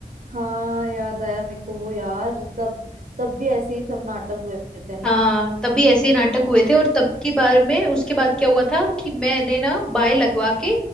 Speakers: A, on the right; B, in the centre.
A: हाँ याद आया मेरे को वो यार तब तब भी ऐसे ही सब नाटक हुए थे ना
B: हाँ तभी ऐसे ही नाटक हुए थे और तब की बार में उसके बाद क्या हुआ था कि मैंने ना बाय लगवा के